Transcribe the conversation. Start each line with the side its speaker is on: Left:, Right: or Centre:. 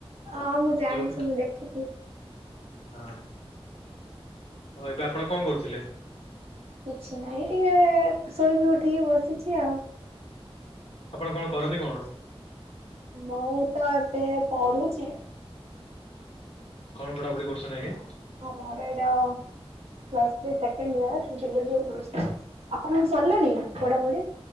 Right: ହଁ ମୁଁ ଜାଣିଛି
Left: ଯୋଉଠି
Right: ମୁଁ ଦେଖିଛି।
Left: ହଁ ହଁ ଏବେ ଆପଣ କଣ କରୁଥିଲେ।
Right: କିଛି ନାହିଁ ଟିକେ ଶୋଇକି ଉଠିକି ବସିଛି ଆଉ।
Left: ଆପଣ କଣ କରନ୍ତି କଣ?
Right: ମୁଁ ତ ଏବେ ପଢୁଛି।
Left: କଣ ପଢାପଢି କରୁଛନ୍ତି ଆଜ୍ଞା?
Right: ହଁ ମର ଏଟା ଆପଣଙ୍କର ସରିଲାଣି ପଢାପଢି?